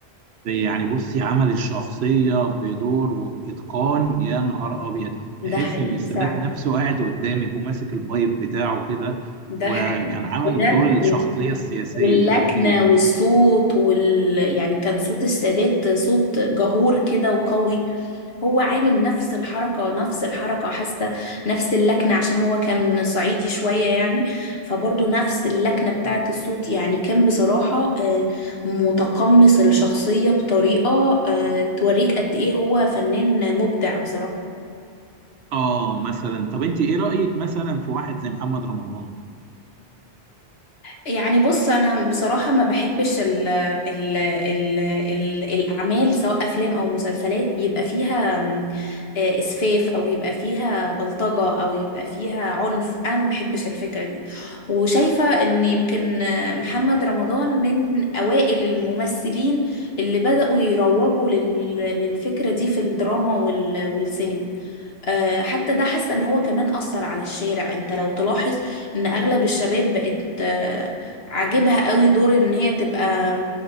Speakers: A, on the right; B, on the left.
A: يعني بصي عمل الشخصيه بدور وباتقان يا نهار ابيض
B: ده
A: تحس
B: حقيقي
A: ان السادات
B: فعلا
A: نفسه قاعد قدامك وماسك البايب بتاعه كده
B: ده
A: وكان
B: حقيقي
A: عمل
B: وده
A: دور الشخصيه
B: وال-
A: السياسيه
B: واللكنة
A: ده كتير
B: والصوت وال... يعني كان صوت السادات صوت جهور كده وقوي هو عامل نفس الحركة نفس الحركة حاسة نفس اللكنة عشان هو كان صعيدي شوية يعني فبرضه نفس اللكنة بتاعت الصوت يعني كان بصراحة آه، متقمص الشخصية بطريقة آه، توريك قد إيه هو فنان مبدع بصراحة
A: اه مثلا طب انت ايه رايك مثلا في واحد زي محمد رمضان
B: يعني بص انا بصراحه ما بحبش ال ال ال ال الاعمال سواء افلام او مسلسلات يبقى فيها م، آه، اسفاف او يبقى فيها بلطجه او يبقى فيها عنف انا ما بحبش الفكره دي وشايفه ان يمكن آه، محمد رمضان من اوائل الممثلين اللي بداوا يروجوا لل- للفكره دي في الدراما وال- والسينما آه، حتى ده حاسه ان هو كمان اثر على الشارع انت لو تلاحظ ان اغلب الشباب بقت آه، عاجبها قوي دور ان هي تبقى